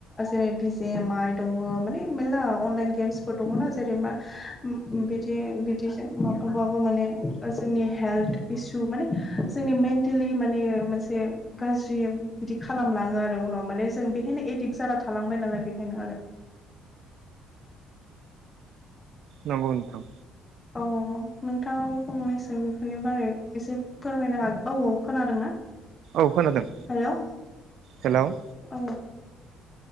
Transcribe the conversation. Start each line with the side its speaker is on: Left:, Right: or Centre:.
Left: जेरै भिेजे एम आइ दङ माने मेनला अनलाइन गेमसफोर दङना जेरै मा बिदि बिदिजों माबबाबो माने जोंनि हेल्थ इसु माने जोंनि मेन्टेलि माने मोनसे गाज्रि बिदि खालामलाङो आरो उनाव माने जों बेहायनो एडक्ट जाना थालांबाय नालाय बेखायनो आरो।
Right: नंगौ नोंथां।
Left: औ औ औ नोंथाङाबो फंनैसो बेफोरनि बारै एसे फोरमायनो हागोन औ औ खोनादों ना?
Right: औ खोनादों।
Left: हेल'।
Right: हेल'।
Left: औ